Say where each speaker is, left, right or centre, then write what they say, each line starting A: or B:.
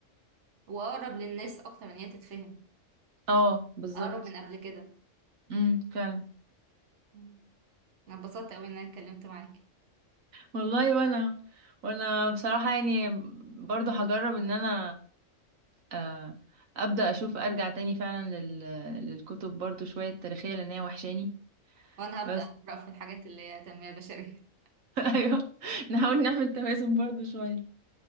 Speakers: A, on the right (about 65°); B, on the right (about 85°).
A: واقرب للناس اكتر من هي تتفهم
B: اه بالظبط
A: اقرب من قبل كده
B: امم فعلا
A: مم. انا اتبسطت قوي ان انا اتكلمت معاك
B: والله وانا وانا بصراحه يعني برضو هجرب ان انا آه، ابدا اشوف ارجع تاني فعلا لل... للكتب برضو شويه تاريخيه لان هي وحشاني
A: وانا هبدأ
B: بس
A: اقرأ في الحاجات اللي هي تنمية بشرية <laughs>
B: <laughs> ايوه نحاول نعمل توازن برضو شويه